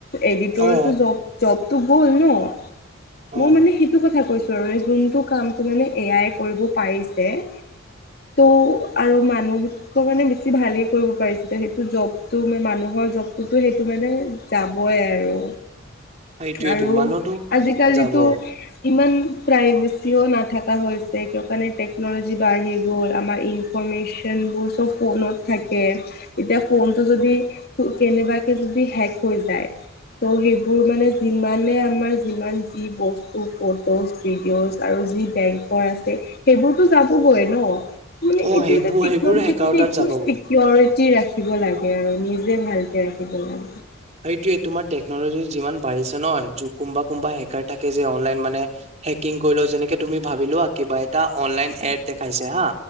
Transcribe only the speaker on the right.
অ
অ
এইটোৱেটো
মানুহতো
যাব।
অ
সেইবোৰ
সেইবোৰ হেকাৰ তাত যাবগৈ
সেইটোৱে তোমাৰ টেকনলজি যিমান বাঢ়িছে ন কোনোবা কোনোবা হেকাৰ থাকে যে অনলাইন মানে- হেকিং কৰিলও যেনেকে তুমি ভাবি লোৱা কিবা এটা অনলাইন এট দেখাইছে হা।